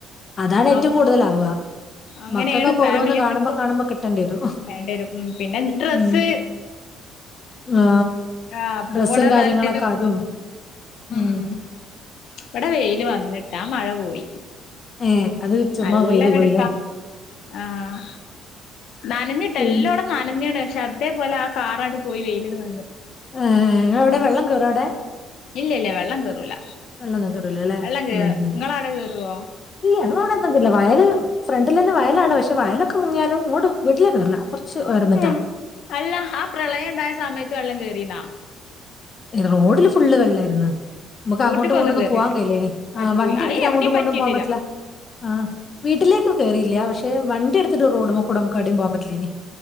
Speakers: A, on the left; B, on the left.
A: അതാണ് ഏറ്റവും
B: അപ്പൊ
A: കൂടുതലാവാ
B: അങ്ങനെയാണ്
A: മക്കക്കൊക്കെ
B: ഫാമിലി
A: ഓരോന്ന് കാണുമ്പോ
B: ട്രിപ്പ്
A: കാണുമ്പോ കിട്ടേണ്ടിരൂ
B: വേണ്ടിവരും ഉം പിന്നെ ഡ്രസ്സ്
A: ഉം <inaudible> ആ
B: ആഹ് പോണതല്ലേ
A: ഡ്രസ്സും കാര്യങ്ങളൊക്കെ അതും
B: ഉം
A: ആഹ്
B: ഇവിടെ വെയില് വന്ന്ട്ടാ മഴ പോയി
A: ഏ് അത് ചുമ
B: നല്ലങ്ങട്
A: പെയ്ത് പോയി
B: ആഹ് നനഞ്ഞിട്ട്
A: പിന്നെ
B: ല്ലോട നനഞ്ണ് ക്ഷെ അതേപോലെ ആ കാറാട് പോയി വെയിലട് വന്ന്.
A: ഏ്ഹ് ങ്ങളവിടെ വെള്ളം കേറോ അവ്ടെ?
B: ഇല്യാ ഇല്യാ വെള്ളം കേറൂല
A: വെള്ളൊന്നും കേറൂല ല്ലേ
B: വെള്ളം കേർ
A: ഉം ഉം
B: ങ്ങളടെ കേറോ?
A: ഇല്ല ഞങ്ങളെ അവിടെന്നും എത്ഇല്ല വയല് ഫ്രണ്ടിലെന്നെ വയലാണ് പക്ഷെ വയലൊക്കെ മുങ്ങിയാലും ഇങ്ങോട് വീട്ടിലേക്ക് കേറുല്ല കൊർച്ച് ഉയർന്നിട്ടാ
B: ഉം അല്ല ആ പ്രളയംണ്ടായ സമയത്ത് വെള്ളം കേറീണാ?
A: റോഡില് ഫുള്ള് വെള്ളെരുന്നു. നമുക്ക്
B: വീട്ടിക്കൊന്നും
A: അങ്ങോട്ടും ങ്ങോട്ടൊന്നും
B: കേറിട്ട്
A: പോവാൻ കഴയില്ലെനി
B: പറ്റൂല
A: ആ വണ്ടിട്ത്ത്ട്ട്
B: അത് എവിടെയും
A: അങ്ങോട്ടും ങ്ങോട്ടും
B: പറ്റിയിട്ടില്ല
A: പോവാൻ പറ്റ്ല്ല ആ വീട്ടിലേക് കേറീല്ലപക്ഷെ വണ്ടിട്ത്തിട്ട് റോഡുമകൂടെ നമുക് ഏടിം പോവാൻ പറ്റില്ലേനി.